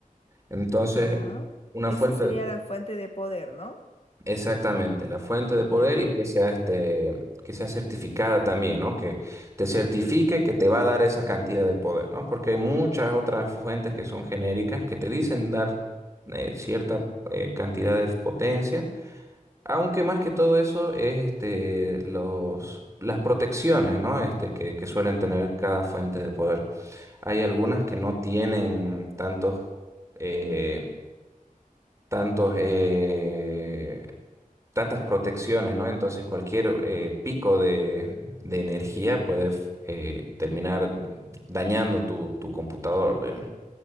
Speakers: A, on the right; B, on the left.
A: Entonces,
B: Ya.
A: una
B: Esa
A: fuente,
B: sería la fuente de poder, ¿no?
A: Exactamente, la fuente de
B: Ya,
A: poder y que sea este, que sea certificada también, ¿no? Que te certifique que te va a dar esa cantidad de poder, ¿no? Porque hay muchas otras fuentes que son genéricas que te dicen dar eh, cierta eh, cantidad de potencia, aunque más que todo eso es este, los, las protecciones, ¿no? Este, que, que suelen tener cada fuente de poder. Hay algunas que no tienen tantos, eh, tantos, eh, tantas protecciones, ¿no? Entonces cualquier eh, pico de, de energía puede eh, terminar dañando tu, tu computador, digamos.